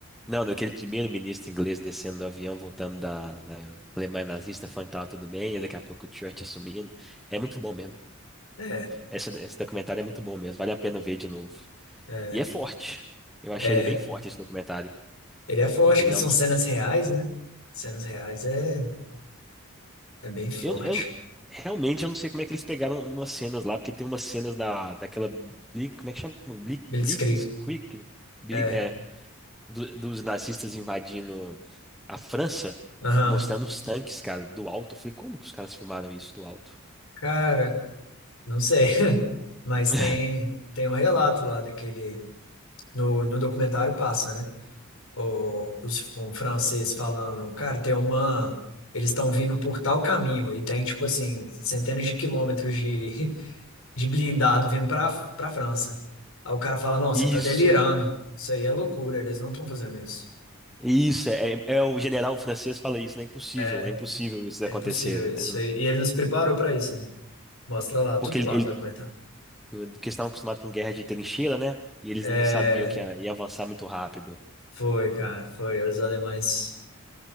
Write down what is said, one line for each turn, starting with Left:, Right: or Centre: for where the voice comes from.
Centre: Não, daquele primeiro-ministro inglês descendo do avião, voltando da, da Alemanha nazista, falando que tava tudo bem, e daqui a pouco o Churchill assumindo. É muito bom mesmo.
Left: É,
Centre: Esse, esse documentário é muito bom mesmo, vale a pena ver de novo.
Left: é,
Centre: E é forte. Eu achei
Left: é.
Centre: ele bem forte esse documentário.
Left: Ele é forte,
Centre: Ele
Left: que
Centre: não.
Left: são
Centre: não-
Left: cenas reais, né? Cenas reais é, é bem forte.
Centre: Eu, eu realmente eu não sei como é que eles pegaram umas cenas lá, porque tem umas cenas da, daquela. Bli- como é que chama? Bli-
Left: Blitzkrieg.
Centre: Blitzkrieg? Bli-
Left: É.
Centre: é, do- dos nazistas invadindo a França,
Left: Aham.
Centre: mostrando os tanques, cara, do alto. Eu falei, como que os caras filmaram isso do alto?
Left: Cara, não sei. <laughs> Mas
Centre: <laughs>
Left: tem, tem um relato lá daquele. No, no documentário passa, né? O, os, um francês falando, cara, tem uma. Eles estão vindo por tal caminho e tem, tipo assim, centenas de quilômetros de, <laughs> de blindado vindo para para França. Aí o cara fala: não, você
Centre: Isso.
Left: tá delirando. Isso aí é loucura, eles não estão fazendo isso.
Centre: Isso, é, é é, o general francês fala isso, né? É impossível,
Left: É,
Centre: é impossível isso
Left: é
Centre: acontecer,
Left: impossível isso.
Centre: né?
Left: E, e ele nos preparou para isso. né? Mostra lá, tudo
Centre: Porque ele,
Left: lá no documentário.
Centre: tudo, porque eles estavam acostumados com guerra de trincheira, né? E eles
Left: É,
Centre: não sabiam que ia, ia avançar muito rápido.
Left: Foi, cara, foi. Os alemães